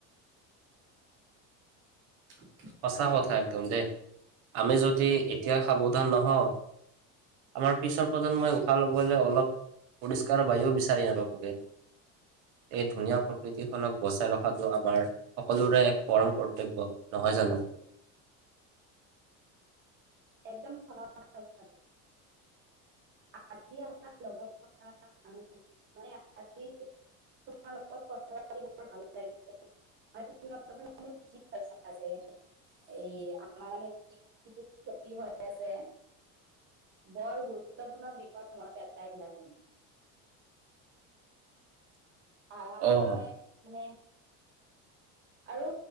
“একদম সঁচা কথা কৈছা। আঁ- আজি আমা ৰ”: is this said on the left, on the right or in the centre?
Right